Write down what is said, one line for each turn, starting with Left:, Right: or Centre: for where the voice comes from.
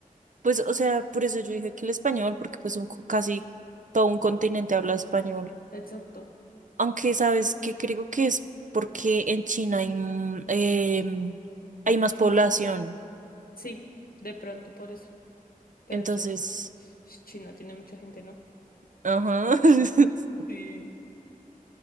Right: pues, o sea, por eso yo dije que el español, porque pues un, co- casi todo un continente habla español,
Left: Exacto.
Right: aunque sabes que creo que es porque en China hay, m- em, hay más población,
Left: Sí, de pronto por eso. Pero
Right: entonces,
Left: entonces, China tiene mucha gente, ¿no?
Right: ajá, <laughs>
Left: Sí.